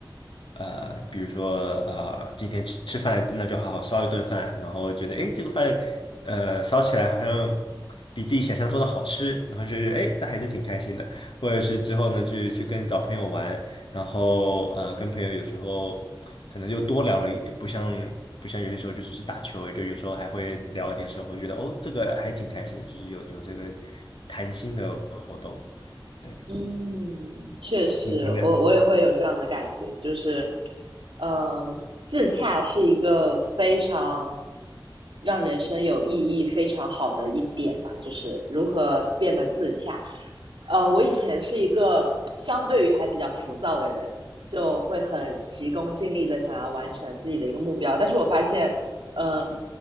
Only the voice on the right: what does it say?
嗯，确实，
我我也会有这样的感觉，就是，嗯、自洽是一个非常让人生有意义、非常好的一点吧，就是如何变得自洽。呃，我以前是一个相对于还比较浮躁的人，就会很急功近利的想要完成自己的一个目标。但是我发现，嗯、呃